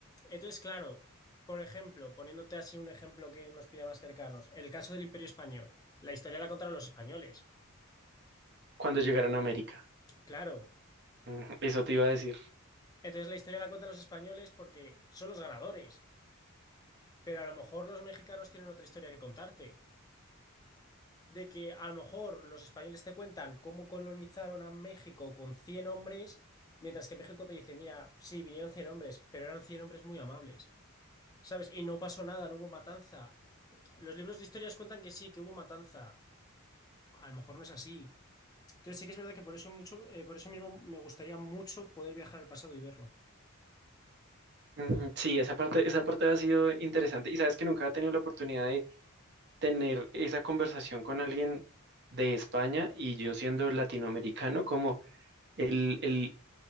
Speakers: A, on the left; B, on the right.
A: Entonces, claro, por ejemplo, poniéndote así un ejemplo que nos pilla más cercanos, el caso del Imperio Español. La historia la contaron los españoles,
B: cuando llegaron a América.
A: claro.
B: Ujú, Eso te iba a decir.
A: Entonces la historia la cuentan los españoles porque son los ganadores, pero a lo mejor los mexicanos tienen otra historia que contarte. De que a lo mejor los españoles te cuentan cómo colonizaron a México con 100 hombres, mientras que México te dice, mira, sí, vinieron 100 hombres, pero eran 100 hombres muy amables, ¿sabes? Y no pasó nada, no hubo matanza. Los libros de historias cuentan que sí, que hubo matanza. A lo mejor no es así. Entonces sí que es verdad que por eso mucho, eh, por eso mismo me gustaría mucho poder viajar al pasado y verlo.
B: Ujú, Sí, esa parte, esa parte ha sido interesante. Y sabes que nunca he tenido la oportunidad de tener esa conversación con alguien de España y yo siendo latinoamericano, como el, el